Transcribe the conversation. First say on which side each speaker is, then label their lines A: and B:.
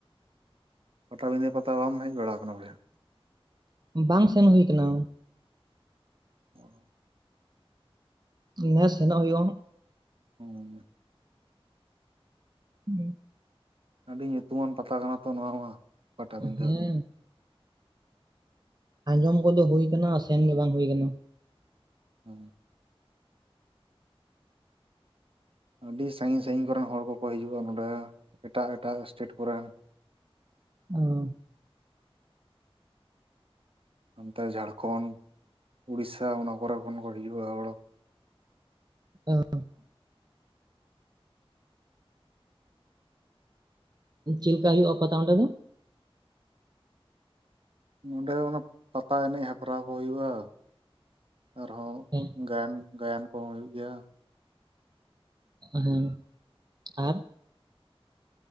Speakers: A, on the right; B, on the right.
A: ᱯᱟᱴᱟᱵᱤᱸᱫᱟᱹ ᱯᱟᱛᱟ ᱵᱟᱢ ᱦᱮᱡ ᱵᱟᱲᱟ ᱠᱟᱱᱟ ᱵᱚᱭᱦᱟ?
B: ᱵᱟᱝ ᱥᱮᱱ ᱦᱩᱭ ᱠᱟᱱᱟ
A: ᱚ
B: ᱱᱮᱥ ᱥᱮᱱᱚᱜ ᱦᱩᱭᱩᱜᱼᱟ ᱦᱟᱸᱜ
A: ᱦᱩᱸ
B: <inaudible>
A: ᱟᱹᱰᱤ ᱧᱩᱛᱩᱢᱟᱱ ᱯᱟᱛᱟ ᱠᱟᱱᱟ ᱛᱚ ᱱᱚᱣᱟ ᱢᱟ ᱯᱟᱴᱟᱵᱤᱸᱫᱟᱹ
B: ᱦᱮᱸ ᱟᱸᱡᱚᱢ ᱠᱚᱫᱚ ᱦᱩᱭ ᱠᱟᱱᱟ ᱥᱮᱱ ᱜᱮ ᱵᱟᱝ ᱦᱩᱭ ᱠᱟᱱᱟ
A: ᱦᱩᱸ ᱟᱹᱰᱤ ᱥᱟᱹᱜᱤᱧ ᱥᱟᱹᱜᱤᱧ ᱠᱚᱨᱮᱱ ᱦᱚᱲ ᱠᱚ ᱠᱚ ᱦᱤᱡᱩᱜᱼᱟ ᱱᱚᱸᱰᱮ ᱮᱴᱟᱜ ᱮᱴᱟᱜ ᱥᱴᱮᱴ ᱠᱚᱨᱮᱱ
B: ᱚᱸ
A: ᱦᱟᱱᱛᱮ ᱡᱷᱟᱲᱠᱷᱚᱸᱰ ᱩᱲᱤᱥᱥᱟ ᱚᱱᱟ ᱠᱚᱨᱮ ᱠᱷᱚᱱ ᱠᱚ ᱦᱤᱡᱩᱜᱼᱟ ᱦᱚᱲ
B: ᱦᱮᱸ ᱦᱚᱸ <inaudible> ᱪᱮᱫ ᱞᱮᱠᱟ ᱦᱩᱭᱳᱜ ᱠᱟᱱᱟ ᱚᱸᱰᱮ ᱫᱚ?
A: ᱱᱚᱸᱰᱮ ᱚᱱᱮ ᱯᱟᱛᱟ ᱮᱱᱮᱡ ᱦᱮᱯᱨᱟᱣ ᱠᱚ ᱦᱩᱭᱩᱜᱼᱟ ᱟᱨᱦᱚᱸ
B: ᱦᱮᱸ
A: ᱜᱟᱭᱟᱱ ᱜᱟᱭᱟᱱ ᱠᱚᱦᱚᱸ ᱦᱩᱭᱩᱜ ᱜᱮᱭᱟ᱾
B: ᱦᱮᱸ ᱟᱨ?